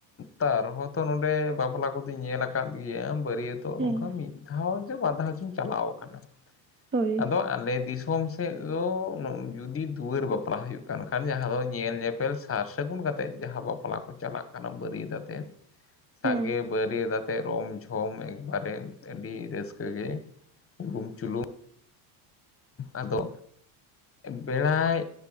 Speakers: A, on the left; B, on the right.
A: ᱛᱟᱣ ᱨᱚᱦᱚᱸᱛᱚ ᱱᱚᱰᱮ, ᱵᱟᱯᱞᱟ ᱠᱚᱫᱚᱧ ᱧᱮᱞ ᱟᱠᱟᱫ ᱜᱮᱭᱟ ᱵᱟᱹᱨᱭᱟᱹᱛ ᱛᱚ ᱱᱚᱝᱠᱟ
B: ᱦᱮᱸ
A: ᱢᱤᱫ ᱫᱷᱟᱣ ᱡᱮ, ᱵᱟᱨ ᱫᱷᱟᱣ ᱪᱤᱧ ᱪᱟᱞᱟᱣ ᱠᱟᱱᱟ
B: ᱦᱳᱭ
A: ᱟᱫᱚ ᱟᱞᱮ ᱫᱤᱥᱚᱢ ᱥᱮᱫ ᱫᱚ ᱡᱩᱫᱤ ᱫᱩᱣᱟᱹᱨ ᱵᱟᱯᱞᱟ ᱦᱳᱭᱩᱜ ᱠᱟᱱ ᱠᱷᱟᱱ, ᱡᱟᱦᱟᱸ ᱫᱚ ᱧᱮᱞ ᱧᱮᱯᱮᱞ ᱥᱟᱨ ᱥᱟᱹᱜᱩᱱ ᱠᱟᱛᱮ ᱡᱟᱦᱟᱸ ᱵᱟᱯᱞᱟ, ᱠᱚ ᱪᱟᱞᱟᱜ ᱠᱟᱱᱟ ᱵᱟᱨᱤᱭᱟᱛ ᱟᱛᱮ, ᱥᱟᱸᱜᱮ
B: ᱦᱮᱸ
A: ᱵᱟᱨᱤᱭᱟᱹᱛ ᱟᱛᱮ ᱨᱚᱢ ᱡᱷᱚᱢ ᱮᱠᱵᱟᱨᱮ, ᱟᱹᱰᱤ ᱨᱟᱹᱥᱠᱟᱹ ᱜᱮ ᱦᱩᱞᱩᱢ ᱪᱩᱞᱩᱝ ᱟᱫᱚ ᱵᱮᱲᱟᱭ